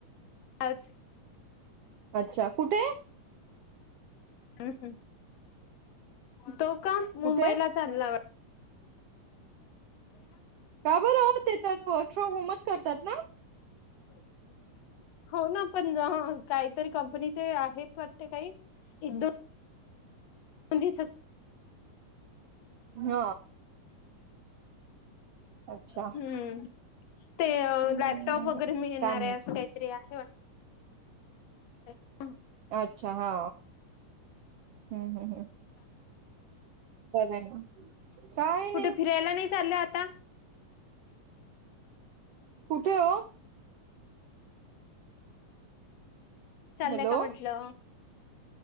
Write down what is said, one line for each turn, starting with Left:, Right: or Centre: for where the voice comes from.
Left: आज.
Right: अच्छा कुठे?
Left: हम्म् तो का मुंबईला
Right: कुठे
Left: चालला वाट.
Right: का बरं होते तर वर्क फ्रॉम होमच करतात ना.
Left: <inaudible> हो ना पण काहीतरी कंपनीचे आहेत वाटते काही एक दोन
Right: ह अच्छा
Left: हम्म ते
Right: हम्म
Left: लॅपटॉप वगैरे मी घेणारये
Right: काम
Left: असं काहीतरी आहे वा <unintelligible>
Right: अच्छा हा हूं हूं हूं आहे ना काय नाही
Left: कुठे फिरायला नाही चाललं आता
Right: कुठे ओ?
Left: चाललंय
Right: हॅलो
Left: का म्हंटलं